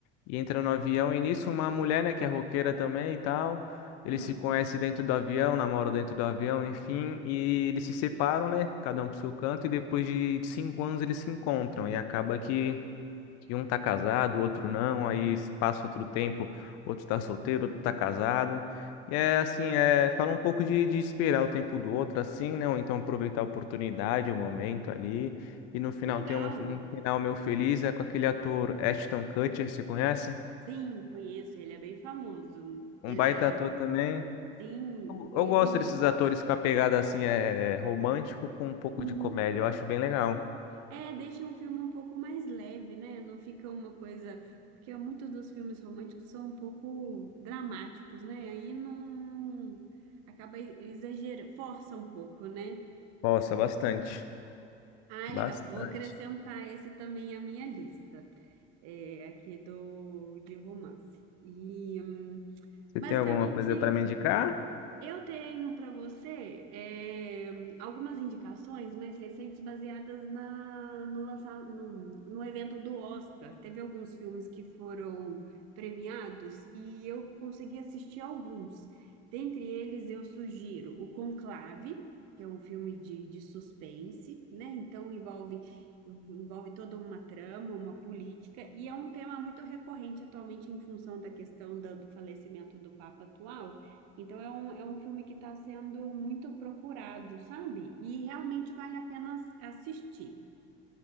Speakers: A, on the left (about 50°); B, on the right (about 50°).
A: e entra no avião. E nisso, uma mulher, né, que é roqueira também e tal. Eles
B: Hum,
A: se conhecem dentro do avião, namoram dentro do avião, enfim, e eles se separam, né? Cada um pro seu canto, e depois de cinco anos eles se encontram. E acaba que que um tá casado, o outro não, aí passa outro tempo, outro tá solteiro, outro tá casado. E é assim, é, fala um pouco de, de esperar o tempo do outro assim, né? Ou então aproveitar a oportunidade, o momento ali. E no final
B: que legal.
A: tem um, um final meu feliz, é com aquele ator Ashton Kutcher, você conhece?
B: Sim, conheço. Ele é bem famoso.
A: Um
B: Ele
A: baita
B: é.
A: ator também.
B: Sim,
A: Eu,
B: e
A: eu
B: ele.
A: gosto desses atores com a pegada assim, é é, é romântico com um pouco
B: Uhum.
A: de comédia, eu acho bem legal.
B: É, deixa um filme um pouco mais leve, né? Não fica uma coisa. Porque muitos dos filmes românticos são um pouco dramáticos, né? Aí não. não- Acaba exagerando, força um pouco, né?
A: Nossa, bastante.
B: Ah,
A: Bastante.
B: legal. Vou acrescentar esse também à minha lista, é, aqui do de romance. E hum,
A: Você
B: basicamente
A: tem alguma coisa
B: é
A: para
B: isso.
A: me indicar?
B: Eu tenho para você eh, algumas indicações mais recentes baseadas na, no, lança- no, no evento do Oscar. Teve alguns filmes que foram premiados e eu consegui assistir alguns. Dentre eles, eu sugiro o Conclave, que é um filme de, de suspense, né? Então envolve, envolve toda uma trama, uma política, e é um tema muito recorrente atualmente em função da questão da- do falecimento do Papa atual. Então é um, é um filme que está sendo muito procurado, sabe? E realmente vale a pena ass- assistir.